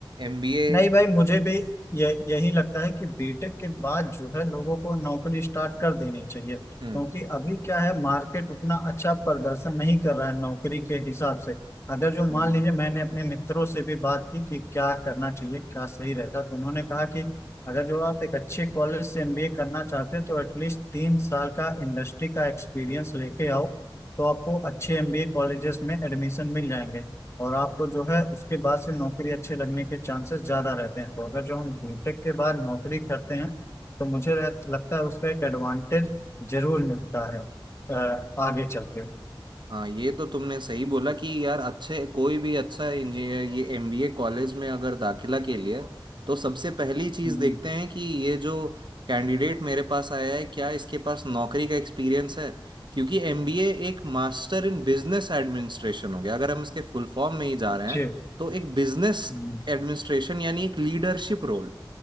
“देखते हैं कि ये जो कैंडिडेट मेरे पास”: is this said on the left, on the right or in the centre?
Right